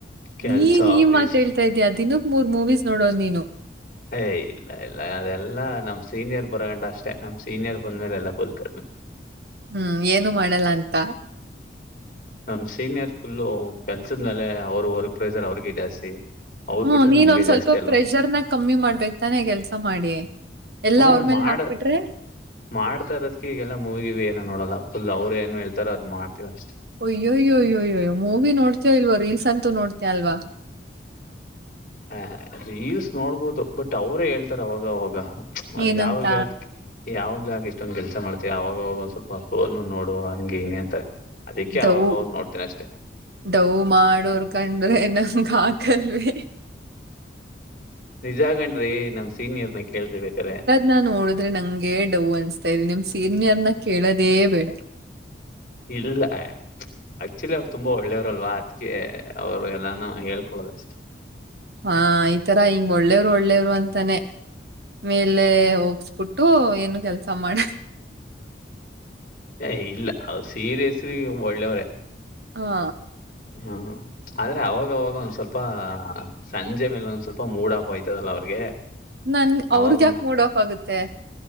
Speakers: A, on the left; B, on the right.
A: ಕೆಲ್ಸ
B: ನೀ ಈ
A: ಆಫೀಸ್
B: ಮಾತ್ ಹೇಳ್ತಾ ಇದೀಯ ದಿನಕ್ ಮೂರ್ ಮೂವೀಸ್ ನೋಡೋನ್ ನೀನು.
A: ಏ ಇಲ್ಲ ಇಲ್ಲ ಅದೆಲ್ಲ ನಮ್ ಸೀನಿಯರ್ ಬರಗಂಟ ಅಷ್ಟೇ ನಮ್ ಸೀನಿಯರ್ ಬಂದ್ಮೇಲೆ ಎಲ್ಲ ಫುಲ್ ಕಡಿಮೆ.
B: ಹ್ಮ್ ಏನು ಮಾಡಲ್ಲ ಅಂತ.
A: ನಮ್ಮ ಸೀನಿಯರ್ ಫುಲ್ಲು ಕೆಲ್ಸದ ಮೇಲೆ ಅವರು ವರ್ಕ್ ಪ್ರೈಸರ್ ಅವ್ರಿಗೆ ಜಾಸ್ತಿ. ಅವ್ರ
B: ಹ್ಮ್
A: ಬಿಟ್ರೆ
B: ನೀನ್ನೊಂದ್
A: ನಮ್ಗೆ
B: ಸ್ವಲ್ಪ
A: ಜಾಸ್ತಿ ಅಲ್ವಾ
B: ಪ್ರೆಷರ್ನ ಕಮ್ಮಿ ಮಾಡ್ಬೇಕೇಕ್ ತಾನೆ ಕೆಲ್ಸ ಮಾಡಿ. ಎಲ್ಲ
A: ಹ್ಞೂ
B: ಅವ್ರ ಮೇಲೆ
A: ಮಾಡ
B: ಹಾಕ್ಬಿಟ್ರೆ
A: ಮಾಡ್ತಾ ಇರದಕ್ಕೆ ಈಗೆಲ್ಲ ಮೂವಿ ಗಿವಿ ಏನು ನೋಡಲ್ಲ. ಫುಲ್ ಅವ್ರು ಏನು ಹೇಳ್ತಾರ ಅದು ಮಾಡ್ತೀವಿ ಅಷ್ಟೆ.
B: ಅಯ್ಯೋಯ್ಯೋಯ್ಯೋ ಮೂವಿ ನೋಡ್ತೇವ ಇಲ್ವ ರೀಲ್ಸ್ ಅಂತೂ ನೋಡ್ತ ಅಲ್ವಾ.
A: ಹ ರೀಲ್ಸ್ ನೋಡ್ಬೋದು ಬಟ್ ಅವ್ರೇ ಹೇಳ್ತಾರ ಅವಾಗ ಅವಾಗ ಅ
B: ಏನಂತ
A: ಯಾವಾಗ್ಲೂ ಯಾಕೆ. ಯಾವಗ್ಲೆ ಯಾಕ ಇಷ್ಟೊಂದ್ ಕೆಲ್ಸ ಮಾಡ್ತತಿಯಾ ಅವವಾಗವಾಗ ಒಂದ್ ಸ್ವಲ್ಪ ಫೋನ್ ನೋಡು ಹಂಗೆ ಹಿಂಗೆ ಅಂತಾರೆ. ಅದಿಕ್ಕೆ
B: ಡವ್
A: ಅವಾಗ್ ಅವಾಗ್ ನೋಡ್ತೇನ ಅಷ್ಟೇ.
B: ಡವ್ ಮಾಡೋರ್ ಕಂಡ್ರೆ ನಂಗ್ ಹಾಗಲ್ವೆ.
A: ನಿಜಾ ಕಣ್ರೀ ನಮ್ ಸೀನಿಯರ್ ನ ಕೇಳ ರೀ ಬೇಕಾರೆ.
B: ನಾನ್ ನೋಡಿದ್ರೆ ನಂಗೆ ಡೌವ್ ಅನಸ್ತಾ ಇದೆ ನಿಮ್ ಸೀನಿಯರ್ನ ಕೇಳೋದೇ ಬೇಡ.
A: ಇದೆಲ್ಲಾ ಹಾ ಆಕ್ಚುಲಿ ಅವ್ರು ತುಂಬಾ ಒಳ್ಳೆಯವರಲ್ವಾ ಅದಕ್ಕೆ ಅವ್ರು ಎಲ್ಲಾನು ಹೇಳ್ಕೊಳ್ಳೋದ್ ಅಷ್ಟೇ.
B: ಹಾ ಈತರ ಹಿಂಗ್ ಒಳ್ಳೇವ್ರು ಒಳ್ಳೇವ್ರು ಅಂತಾನೆ ಮೇಲೆ ಹೋಗಸ್ಬಿಟ್ಟು ಏನು ಕೆಲ್ಸ ಮಾಡಲ್ಲ.
A: ಹೆ ಇಲ್ಲ ಅವ್ರು ಸೀರೀಯಸ್ಲಿ ಒಳ್ಳೆಯವ್ರೇ.
B: ಹಾ
A: ಹಾ ಆದ್ರೆ ಅವಾಗವಾಗ ಒಂದ್ ಸ್ವಲ್ಪ ಸಂಜೆ ಮೇಲೆ ಒಂದ್ ಸ್ವಲ್ಪ ಮೂಡ್ ಆಫ್ ಆಯ್ತದಲ್ಲಾ ಅವ್ರಿಗೆ.
B: ನನ್ ಅವ್ರಗ್
A: ಅವಾಗ
B: ಯಾಕೆ ಮೂಡ್ ಆಫ್ ಆಗುತ್ತೆ.